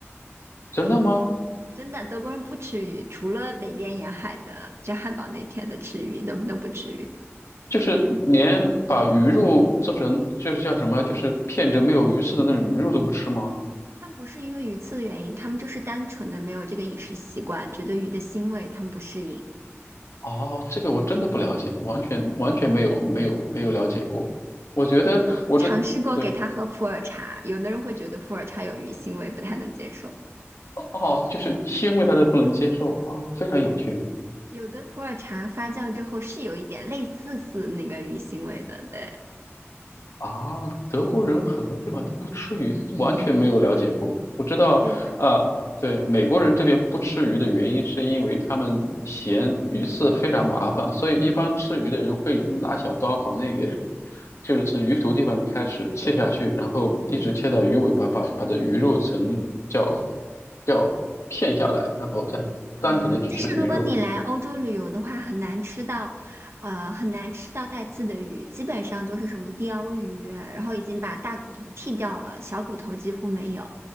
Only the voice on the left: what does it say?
真的吗？
就是连把鱼肉做成就是叫什么，就是片着没有鱼刺的那种鱼肉都不吃吗？
哦，这个我真的不了解，完全完全没有没有没有了解过。我觉得我这对
哦，就是腥味他都不能接受啊，非常有趣。
啊，德国人很多地方都不吃鱼，完全没有了解过。我知道，
啊，对，美国人这边不吃鱼的原因是因为他们嫌鱼刺非常麻烦，所以一般吃鱼的人会拿小刀把那个，就是从鱼头地方开始切下去，然后一直切到鱼尾巴，把把的鱼肉层叫叫片下来，然后再单纯的只吃鱼肉。